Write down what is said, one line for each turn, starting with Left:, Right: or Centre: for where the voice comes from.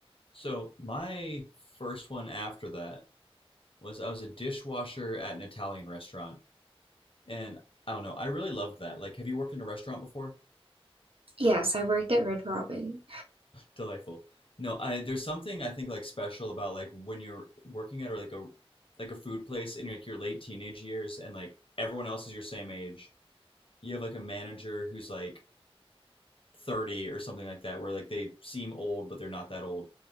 Left: So my first one after that was I was a dishwasher at an Italian restaurant, and I don't know, I really loved that. Like, have you worked in a restaurant before?
Right: Yes, I worked at Red Robin.
Left: Delightful. No, I there's something I think like special about like when you're working at or like a like a food place in like your late teenage years and like everyone else is your same age. You have like a manager who's like 30 or something like that where like they seem old but they're not that old